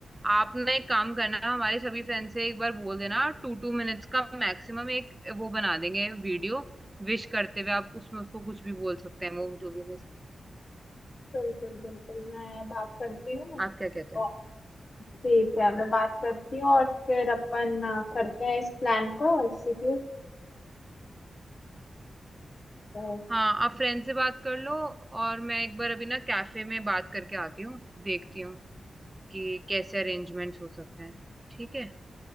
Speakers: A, on the right; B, on the left.
A: आपने एक काम करना हमारे सभी फ्रेंड से एक बार बोल देना टू टू मिनट्स का मैक्सिमम एक वो बना देंगे वीडियो विश करते हुए आप उसमें उसको कुछ भी बोल सकते हैं वो जो भी miss-
B: बिल्कुल बिल्कुल मैं बात करती हूँ
A: आप क्या कहते हो
B: और ठीक है मैं बात करती हूँ और फिर अपन अ, करते हैं इस प्लान को एग्जीक्यूट बिल्कुल
A: हाँ आप फ्रेंड से बात कर लो और मैं एक बार अभी ना कैफे में बात करके आती हूँ देखती हूँ कि कैसे अरेंजमेंट्स हो सकते हैं ठीक है